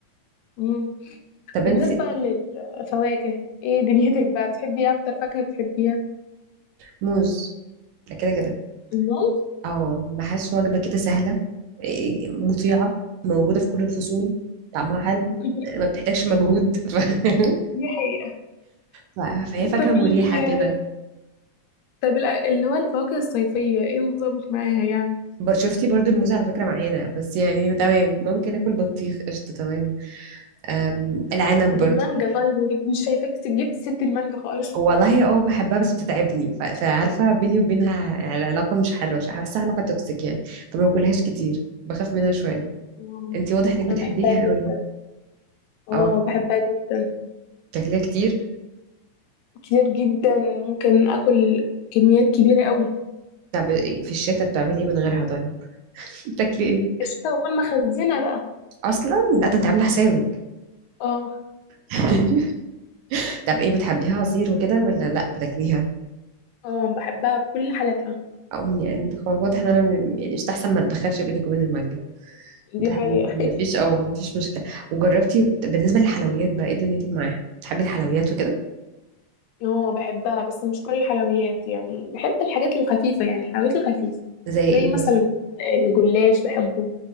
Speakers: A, on the left (about 80°); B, on the right (about 80°).
A: مم.
B: طب
A: بالنسبه
B: أنت
A: للفواكه ايه دنيتك بقى بتحبي إيه اكتر فاكهه بتحبيها
B: موز ده كده كده
A: الموز
B: اه بحس وجبة كده سهلة إيه، مطيعة موجودة في كل الفصول طعمها حلو
A: <laughs>
B: ما بتحتاجش مجهود <laughs> ف-
A: دي حقيقة
B: ف- فهي فاكهة
A: طب
B: مريحة
A: ال...
B: كده
A: طب ال- اللي هو الفواكه الصيفية ايه نظامك معاها يعني
B: بر- شفتي برضو الموز على فكرة معانا بس يعني تمام ممكن اكل بطيخ قشطة تمام أم، العنب
A: طب
B: برضو
A: المانجا طيب أنا جبت- مش شايفاك س- جبت سيرة المانجا خالص
B: والله اه بحبها بس بتتعبني ف- فعارفة بيني وبينها العلاقة مش حلوة ش- بحسها علاقة توكسيك يعني فما باكلهاش كتير بخاف منها شوية
A: آه،
B: انتي واضح انك
A: انا
B: بتحبيها
A: بحبها جدا
B: قوي
A: اه
B: اه
A: بحبها جدا
B: بتاكليها كتير
A: كتير جدا ممكن اكل كميات كبيرة قوي
B: طب إيه، في الشتاء بتعملي ايه من غيرها طيب بتاكلي ايه
A: الشتا بكون مخزنة بقى
B: اصلا لا ده انت عامله حسابك
A: اه
B: <laughs> طب ايه بتحبيها عصير وكده ولا لا بتاكليها
A: اه بحبها بكل حالاتها
B: او يعني خ- واضح ان انا م- يعني مستحسن ما اتدخلش بينك وبين المانجا
A: دي
B: ده
A: حقيقة
B: <laughs> مفيش او مفيش مشكله وجربتي بالنسبه للحلويات بقى ايه دنيتك معاها بتحبي الحلويات وكده
A: اه بحبها بس مش كل الحلويات يعني بحب الحاجات الخفيفة يعني الحلويات الخفيفة
B: زي
A: زي
B: ايه
A: مثلا
B: مثلا
A: الجلاش بحبه